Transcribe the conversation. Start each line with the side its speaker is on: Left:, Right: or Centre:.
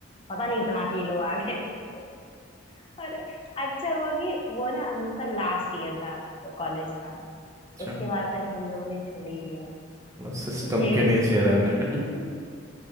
Left: पता नहीं कहाँ से ये लोग आ गए फिर से। और अच्छा हुआ कि वो ना हम लोग का लास्ट ईयर था कॉलेज का
Right: अच्छा
Left: उसके बाद से तो हम लोग ने छोड़ ही दिया
Right: सिस्टम
Left: यही
Right: के नीचे
Left: किए थे
Right: रहने
Left: हम लोग
Right: का है